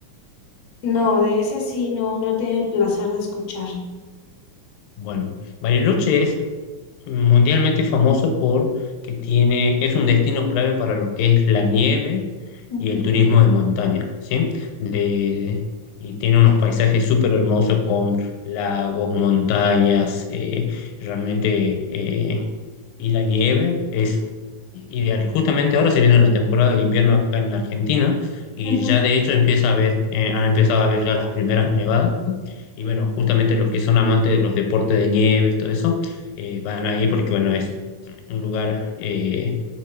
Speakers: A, on the left; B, on the left.
A: No, de ese sí, no, no he tenido el placer de escuchar.
B: Bueno, Bariloche es mundialmente famoso porque tiene, es un destino clave para lo que es la nieve
A: Ujú,
B: y el turismo de montaña, ¿sí? De, y tiene unos paisajes súper hermosos con lagos, montañas, eh, realmente, eh, y la nieve es ideal. Justamente ahora se viene la temporada del invierno acá en Argentina y
A: ujú.
B: ya de hecho empieza a haber, eh, han empezado a haber ya las primeras nevadas. Y bueno, justamente los que son amantes de los deportes de nieve, todo eso, eh, van ahí porque bueno, es un lugar eh,